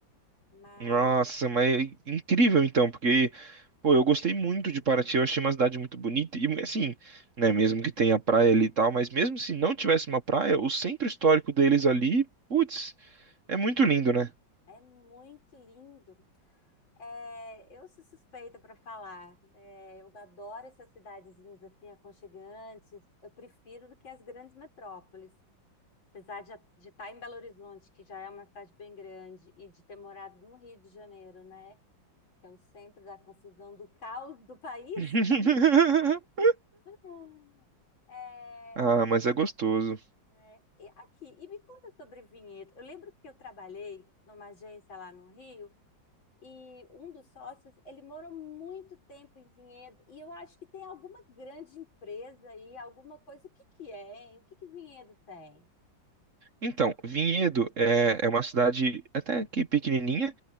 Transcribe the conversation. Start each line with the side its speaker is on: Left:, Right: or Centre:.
Left: Mas
Right: Nossa, mas é incrível então, porque, pô, eu gostei muito de Paraty, eu achei uma cidade muito bonita, e assim, né, mesmo que tenha praia ali e tal, mas mesmo se não tivesse uma praia, o centro histórico deles ali, putz, é muito lindo, né?
Left: é muito lindo. É, eu sou suspeita para falar. É, eu adoro essas cidadezinhas assim aconchegantes. Eu prefiro do que as grandes metrópoles. Apesar de, de estar em Belo Horizonte, que já é uma cidade bem grande, e de ter morado no Rio de Janeiro, né? Que é o centro da confusão, do caos do país.
Right: <laughs>
Left: <laughs> É,
Right: Ah, mas é gostoso.
Left: É, e aqui, e me conta sobre vinhedo. Eu lembro que eu trabalhei numa agência lá no Rio e um dos sócios, ele morou muito tempo em Vinhedo e eu acho que tem alguma grande empresa aí, alguma coisa. O que que é, hein? O que que Vinhedo tem?
Right: Então, Vinhedo é, é uma cidade até que pequenininha,